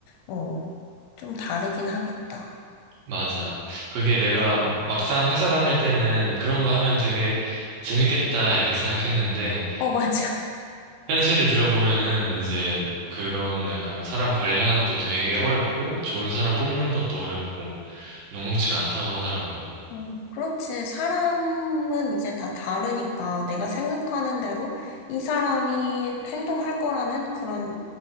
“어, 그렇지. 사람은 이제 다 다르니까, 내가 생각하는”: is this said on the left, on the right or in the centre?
Left